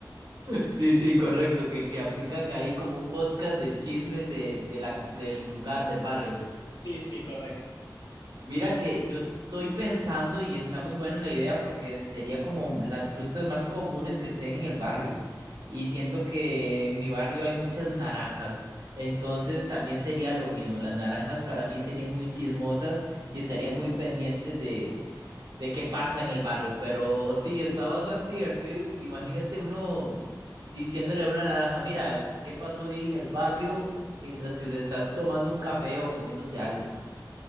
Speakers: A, on the right (about 70°); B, on the left (about 70°).
A: Sí, sí, correcto. Que, que aplican ahí como un podcast de chismes de, de la, del lugar, del barrio.
B: Sí, sí, correcto.
A: Mira que yo estoy pensando y está muy buena la idea porque sería como las frutas más comunes que estén en el barrio. Y siento que en mi barrio hay muchas naranjas. Entonces también sería lo mismo. Las naranjas para mí serían muy chismosas y estarían muy pendientes de, de qué pasa en el barrio. Pero sí, está bastante divertido. Imagínate uno diciéndole a una naranja, mira, ¿qué pasó hoy en el barrio? mientras que te estás tomando un café o comiéndote algo.